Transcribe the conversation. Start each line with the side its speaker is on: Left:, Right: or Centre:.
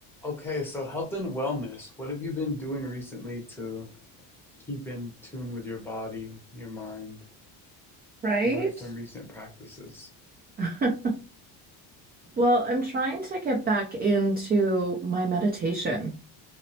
Centre: Okay, so health and wellness, what have you been doing recently to keep in tune with your body, your mind?
Right: Right?
Centre: What are some recent practices?
Right: <laughs> Well, I'm trying to get back into my meditation.